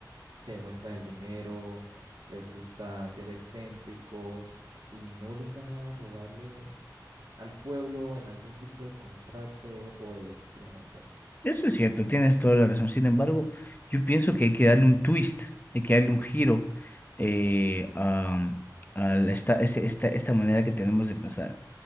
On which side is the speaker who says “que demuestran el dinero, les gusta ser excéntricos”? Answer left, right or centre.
Right